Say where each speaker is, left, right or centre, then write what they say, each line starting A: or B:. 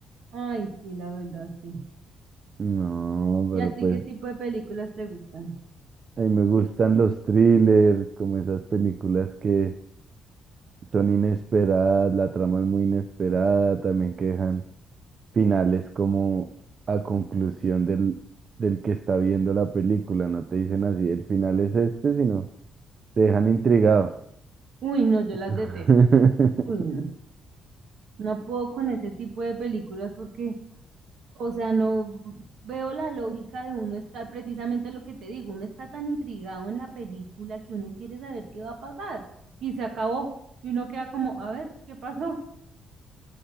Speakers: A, on the right; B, on the right.
A: Ay, sí, la verdad, sí.
B: No,
A: ¿Y
B: pero
A: a ti
B: pues
A: qué tipo de películas te gustan?
B: a mí me gustan los thrillers, como esas películas que son inesperadas, la trama es muy inesperada, también que dejan finales como a conclusión del, del que está viendo la película, no te dicen así, el final es este, sino te dejan intrigado.
A: Uy, no, yo
B: <laughs>
A: las detesto. Uy, no. No puedo con ese tipo de películas porque, o sea, no veo la lógica de uno estar precisamente lo que te digo. Uno está tan intrigado en la película que uno quiere saber qué va a pasar. Y se acabó. Y uno queda como, a ver, ¿qué pasó?